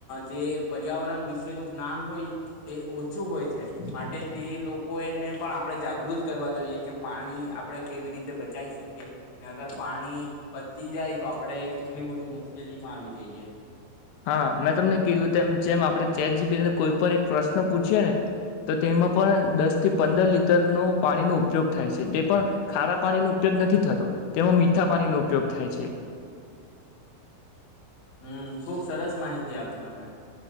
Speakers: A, on the left (about 45°); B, on the left (about 80°).
A: જે પર્યાવરણ વિશેનું જ્ઞાન હોય તે ઓછું હોય છે માટે તે લોકો એને પણ આપણે જાગૃત કરવા જોઈએ કે પાણી આપણે કેવી રીતે બચાવી શકીએ અગર પાણી પતી જાય તો આપણે કેટલી મોટી મુશ્કેલીમાં આવી જઈએ
B: હા મેં તમને કીધું તેમ જેમ આપણે ચેટ જીપીટી ને કોઈ પણ એક પ્રશ્ન પૂછે ને તો તેમાં પણ દસ થી પંદર લીટરનો પાણીનો ઉપયોગ થાય છે તે પણ ખારા પાણીનો ઉપયોગ નથી થતો તેમાં મીઠા પાણીનો ઉપયોગ થાય છે.
A: હમ ખુબ સરસ માહિતી આપી તમે